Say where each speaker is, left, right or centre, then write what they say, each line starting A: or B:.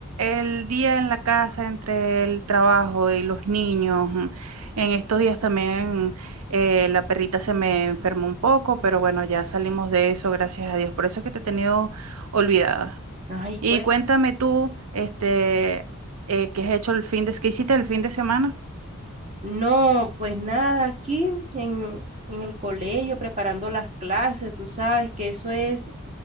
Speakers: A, on the right; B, on the right.
A: eh, el día en la casa entre el trabajo y los niños, mm, en estos días también eh, la perrita se me enfermó un poco, pero bueno, ya salimos de eso, gracias a Dios. Por eso es que te he tenido olvidada.
B: Ay,
A: Y
B: cuen-
A: cuéntame tú, este, eh, ¿qué has hecho el fin de, qué hiciste el fin de semana?
B: No, pues nada, aquí en, en el colegio preparando las clases, tú sabes que eso es